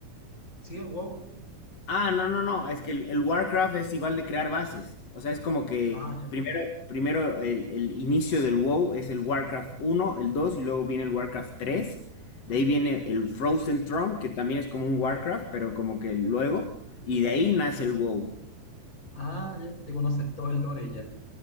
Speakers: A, on the left; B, on the left.
A: Sí, el WoW.
B: Ah, no, no, no, es que el, el WarCraft es igual de crear bases. O sea, es como que
A: Ah, ya.
B: primero, primero el, el inicio del WoW es el WarCraft uno, el 2 y luego viene el WarCraft 3. De ahí viene el Frozen Throne, que también es como un WarCraft, pero como que luego. Y de ahí nace el WoW.
A: Ah, ya, te conoces todo el lore ya.